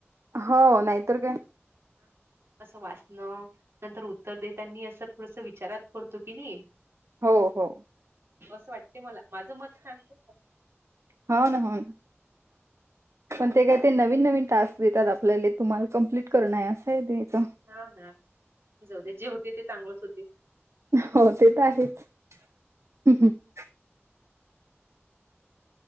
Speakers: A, on the right; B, on the right.
A: हो नाहीतर काय
B: हा. असं वासणं नंतर उत्तर देेतानी असं थोडंसं विचारात पडतो की नी
A: हो हो.
B: असं वाटते मला माझं मत सांगते मी
A: हाव न हाव न पण ते काय, ते नवीन नवीन टास्क देतात आपल्याला, तुम्हाला कंप्लीट करणय असंय तेच
B: हाव ना, जाऊदे जे होते ते चांगलच होते.
A: हो ते तर आहेच. <unintelligible>